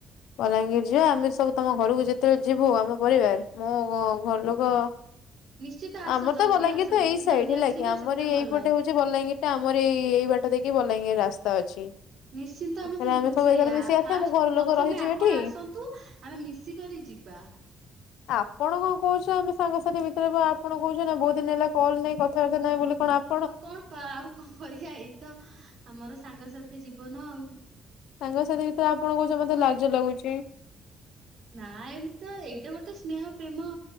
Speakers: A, on the left; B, on the right.
A: ବଲାଙ୍ଗୀର ଯିବା ଆମେ ସବୁ ତମ ଘରକୁ ଯେତେବେଳେ ଯିବୁ ଆମ ପରିବାର ମୁ ମୋ ଘର ଲୋକ
B: ନିଶ୍ଚିତ ଆସ
A: ଆମର
B: ଜଲ୍ଦି
A: ତ ବଲାଙ୍ଗୀର
B: ଆସ
A: ତ
B: ଯେତେ
A: ଏଇ ସାଇଡ
B: ଜଲ୍ଦି
A: ହେଲା
B: ଆସିବ
A: କି ଆମର
B: ସେତେ
A: ଏଇ
B: ଭଲ।
A: ଏଇପଟେ ହଉଚି ଯେ ବଲାଙ୍ଗୀର ଟା ଆମର ଏଇ ଏଇ ବାଟ ଦେଇକି ବଲାଙ୍ଗୀର ରାସ୍ତା ଅଛି।
B: ନିଶ୍ଚିନ୍ତ
A: ଏକାଥରେ
B: ଆମେ ତ
A: ସବୁ
B: ସେଇୟଆ
A: ଏକାଥରେ ମିଶି ଆସିବା
B: ଫାଷ୍ଟ
A: ଆମ ଘର
B: ପ୍ରଥମେ
A: ଲୋକ ରହିଯିବେ
B: ଆପଣ
A: ଏଠି।
B: ଆସନ୍ତୁ। ଆମେ ମିଶିକରି ଯିବା।
A: ଆପଣ କଣ କହୁଛ ଆମେ ସାଙ୍ଗସାଥି ଭିତରେ ଆପଣ କହୁଛ ନା ବହୁତ ଦିନ ହେଲା କଲ ନାହିଁ କଥାବାର୍ତ୍ତା ନାହିଁ ବୋଲି କଣ ଆ
B: ଆଉ କଣ ପା ଆଉ କଣ କରିବା ଏଇ ତ ଆମର ସାଙ୍ଗସାଥି ଜୀବନ ଆଉ।
A: ସାଙ୍ଗ ସାଥି ଭିତରେ ଆପଣ କଉଚ ମୋତେ ଲାଜ ଲାଗୁଚି।
B: ନା ଏମିତି ତ ଏଇଟା ଗୋଟେ ସ୍ନେହ ପ୍ରେମ